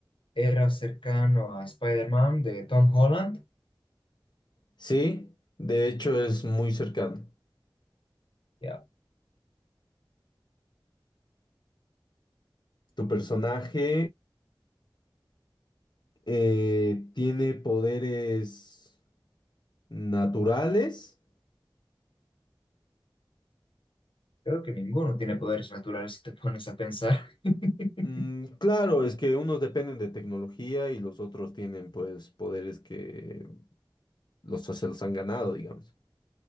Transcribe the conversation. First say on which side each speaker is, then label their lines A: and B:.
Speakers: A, on the left; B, on the left.
A: era cercano a Spider-Man de Tom Holland?
B: Sí, de hecho es muy cercano.
A: Ya.
B: Tu personaje eh, tiene poderes naturales.
A: Creo que ninguno tiene poderes naturales si te pones a pensar. <laughs>
B: Mm, claro, es que unos dependen de tecnología y los otros tienen pues poderes que los, se los han ganado, digamos.